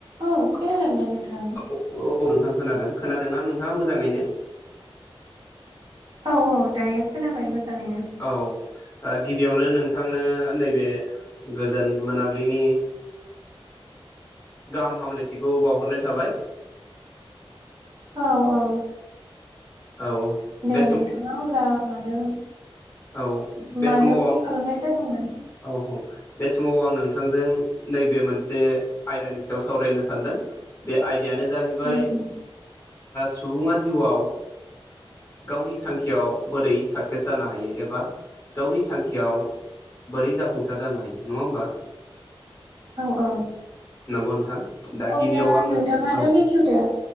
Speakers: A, on the right; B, on the left.
A: औ खोनादोंना नोंथां
B: हेल' औ नोंथां खोनादों खोनादोंना नोंथाङा मोजाङैनो
A: औ औ दायो खोनाबाय मोजाङैनो
B: औ गिबियावनो नोंथांनो नैबे गोजोन मोनाबिलिनि गाहाम हामलायथिखौ बावहरनाय थाबाय
A: औ औ
B: औ
A: दे
B: बे
A: नोंथाङा
B: सम
A: अब्ला मानो
B: औ बे
A: मानो
B: समाव
A: कल
B: आं
A: खालामनाय जादोंमोन
B: औ औ बे समाव आं नोंथांजों नैबे मोनसे आयदानि सायाव सावरायनो सानदों बे आयदायानो जाहैबाय
A: उम उम
B: सुबुङा जिउआव गावनि थांखियाव बोरै साक्सेस जानो हायो एबा गावनि थांखियाव बोरै जाफुंसार जानो हायो नङा होमबा
A: औ औ
B: नंगौ नोंथां दा
A: अब्ला
B: गिबियाव आङो
A: नोंथाङानो
B: औ
A: बेखेवदो